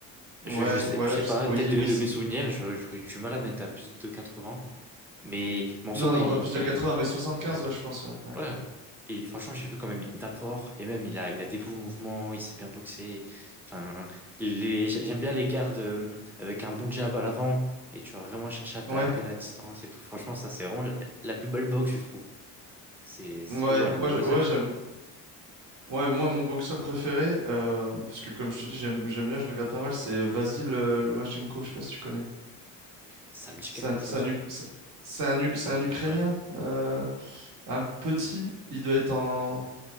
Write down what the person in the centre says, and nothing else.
Je,
je sais,
je sais
pas,
peut-être de,
de
mes souvenirs, je- j'aurais eu du mal à mettre à plus de 80. Mais, bon, ça,
ouais,
il
a,
ouais.
Ouais. Et franchement, j'ai vu quand même, il tape fort. Et même, il a, il a des beaux mouvements, il sait bien boxer. Enfin, les, j'aime bien les gardes euh, avec un bon jab à l'avant. Et tu vas vraiment chercher à taper
la distance et tout. Franchement, ça, c'est vraiment la, la plus belle boxe, je trouve. C'est c'est
trop
à
la Mayweather.
Hmm.
Ça me dit
quelque
chose.
Ça,
ouais.